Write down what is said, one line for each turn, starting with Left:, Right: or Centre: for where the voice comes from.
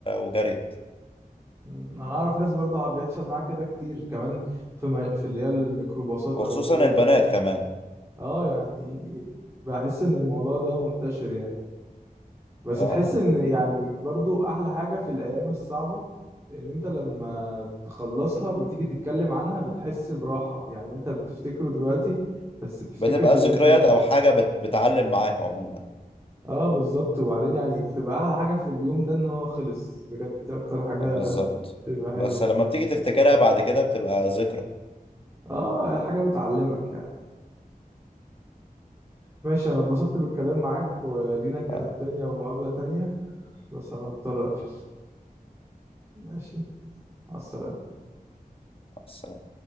Left: وجريت
Right: مم. انا اعرف ناس برضو عم بيحصل معاها كده كتير كمان في م... في اللي هي الميكروباصات
Left: وخصوصا
Right: او الجو
Left: البنات
Right: ده
Left: كمان
Right: اه يعني بحس ان الموضوع ده منتشر يعني بس
Left: آه
Right: تحس
Left: آه.
Right: ان يعني برضو احلى حاجة في الايام الصعبة ان انت لما تخلصها وتيجي تتكلم عنها بتحس براحة يعني انت بتفتكره دلوقتي بس بتفتكر
Left: بتبقى
Right: ان
Left: ذكريات
Right: اليوم ده خلص
Left: أو حاجة بت... بتعلم معاك عموما
Right: اه بالظبط وبعدين يعني بتبقى احلى حاجة في اليوم ده ان هو خلص بجد دي اكتر حاجة
Left: بالظبط
Right: بتبقى حلوة
Left: بس
Right: فيه
Left: لما بتيجي تفتكرها بعد كده بتبقى ذكرى
Right: اه هي حاجة بتعلمك يعني ماشي انا اتبسطت بالكلام معاك ولينا كلام
Left: آه،
Right: تاني او مقابلة تانية بس انا مضطر اقفل ماشي مع السلامة
Left: مع السلامة